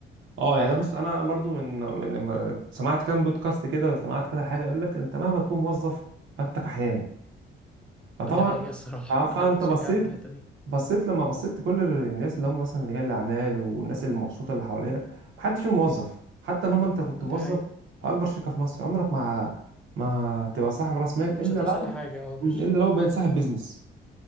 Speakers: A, on the right; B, in the centre.
A: اه يعني بص انا برضو من من لما سمعت كام بودكاست كده سمعت كده حاجه يقول لك انت مهما تكون موظف فانت كحيان فطبعا
B: دي حقيقة الصراحة
A: ف- فانت
B: انا بشجعك
A: بصيت
B: في الحتة دي
A: بصيت لما بصيت كل الناس اللي هم مثلا رجال الاعمال والناس اللي مبسوطه اللي حواليا محدش فيهم موظف حتى مهما انت كنت موظف
B: دي حقيقة
A: في اكبر شركه في مصر عمرك ما ما تبقى صاحب راس مال
B: مش
A: الا
B: هتوصل
A: لو
B: لحاجة اه مش
A: مم. الا لو بقيت صاحب
B: اه
A: بيزنس